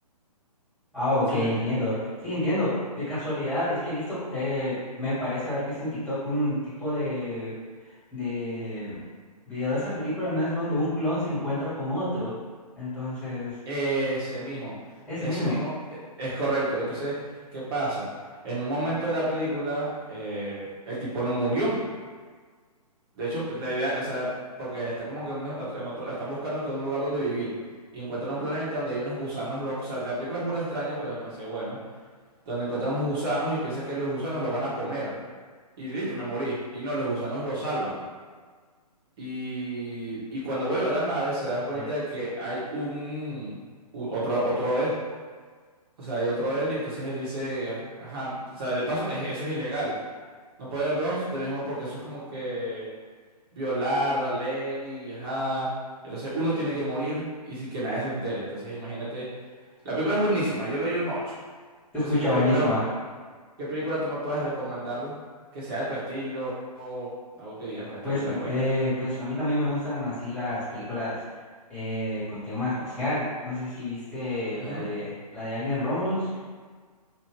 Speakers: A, in the centre; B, on the right.
A: Ah, ok,
B: ¿Sí
A: entiendo.
B: me entiendes?
A: Sí, entiendo. De casualidad, es que he visto, eh, me parece haber visto en TikTok un tipo de, de video de esa película, ¿no es donde un clon se encuentra con otro? Entonces,
B: Ese mismo,
A: ese
B: ese
A: mismo.
B: mismo eh, es correcto. Entonces, ¿qué pasa? En un momento de la película, eh, el tipo no murió. De hecho, pues, la idea, o sea, porque está como que en una- en otro, están buscando que un lugar donde vivir y encuentran un planeta donde hay unos gusanos locos. O sea, la película es burda extraña, pero es demasiado buena. Donde encuentran unos gusanos y piensan que los gusanos lo van a comer. Y listo, me morí. Y no, los gusanos lo salvan. Y, y cuando vuelve a la nave se da
A: Ok,
B: cuenta
A: te
B: de que hay un u- otro, otro él. O sea, hay otro él y entonces él dice, ajá, o sea, de paso, es- eso es ilegal. No puede haber dos del mismo porque eso es como que violar la ley, ajá. Entonces uno tiene que morir y sin que nadie se entere. Entonces imagínate, la película es buenísima, yo le doy un ocho
A: escucha
B: No sé qué película,
A: buenísima.
B: ¿Qué película tú me puedes recomendar que sea de tu estilo o algo que digas, "Oh, esta
A: Pues,
B: película
A: mi-
B: es buena?
A: eh,
B: pues"?
A: pues a mí también me gustan así las películas eh, con tema espacial. No sé si viste
B: Ujú.
A: la de, la de Alien Romulus,